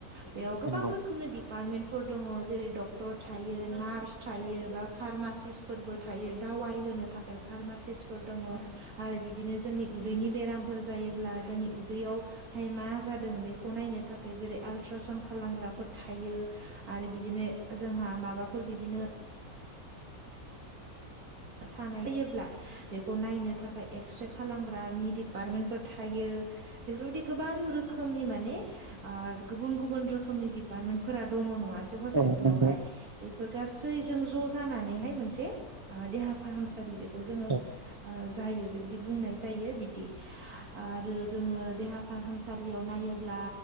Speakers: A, on the right (about 75°); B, on the right (about 20°).
A: बेयाव गोबां
B: नंगौ
A: रोखोमनि दि पार्टमेन्टफोर दङ जेरै डक्टर थायो नार्स थायो बा फार्मासिस्फोरबो थायो आवाय होनो थाखाय फार्मासिस्फोर दङ आरो बिदिनो जोंनि उदैनि बेरामफोर जायोब्ला जोंनि दैयावहाय मा जादों बेखौ नायनो थाखाय जेरै आलट्रासान्ड खालामग्राफोर थायो। आरो बिदिनो जोंहा माबाफोर बिदिनो सानाय जायोब्ला बेखौ नायनो थाखाय एक्सरे खालामग्रानि दिडिपार्टमेन्टफोर थायो बेफोरबाय गोबां रोखोमनि मान गुबुन गुबुन रोखोमनि दिपार्मेन्टफोरा दङ' नङासै
B: औ
A: हपिटालावहाय
B: नंगौ
A: बेफोर गासै ज' जानानै मोन देहा फाहामसालि बेखौ जोङो
B: औ
A: जायो। बि बुंनाय जायो बिदि आरो जोंङो। देहा फाहामसालियाव नायोब्ला